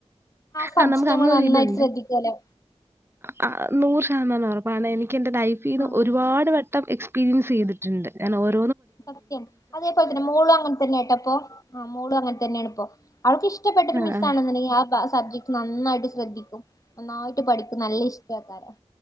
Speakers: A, on the left (about 30°); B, on the right (about 20°).
A: സബ്ജക്ട്
B: ആ നമുക്ക്
A: നമ്മൾ
B: അങ്ങോ ഒരുതുണ്ട്--അ
A: നന്നായിട്ട് ശ്രദ്ധിക്കുമല്ലോ
B: അ നൂ <unintelligible> ഉറപ്പാണെ എനിക്ക്എന്റെ ലൈഫീന്ന്
A: ആ
B: ഒരുപാട് വെട്ടം എക്സ്പീരിയൻസ്യ്തിട്ടുണ്ട് കാരണം ഒര-
A: സത്യം അതേപോലെതന്നെമോളും അങ്ങൻതന്നെട്ടപ്പോ ആ മോളും അങ്ങൻതന്നെണ്പ്പോം. ക്ക്ഇഷ്ടപ്പെട്ടര്
B: ആ
A: മിസ്സ്ആണന്ന്‌ണ്ടെങ്കി
B: ആ
A: അ ബ സബ്ജക്ട്നന്നായിട്ട്ശ്രദ്ധിക്കും, നന്നായിട്ട്പഠിക്കും, നല്ലഇഷ്ടക്കാരം.